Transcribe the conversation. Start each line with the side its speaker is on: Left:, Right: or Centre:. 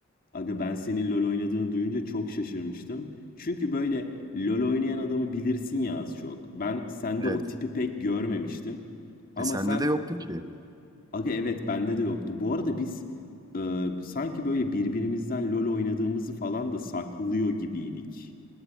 Left: Aga ben senin LoL oynadığını duyunca çok şaşırmıştım. Çünkü böyle LoL oynayan adamı bilirsin ya az çok. Ben sende
Right: Evet.
Left: o tipi pek görmemiştim. Ama
Right: E sende
Left: sen
Right: de yoktu ki.
Left: aga evet bende de yoktu. Bu arada biz e, sanki böyle birbirimizden LoL oynadığımızı falan da saklıyor gibiydik.